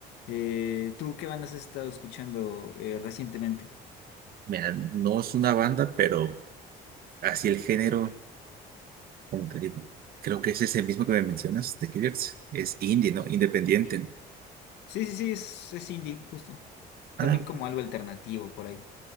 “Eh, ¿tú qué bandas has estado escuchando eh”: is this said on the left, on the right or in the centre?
Left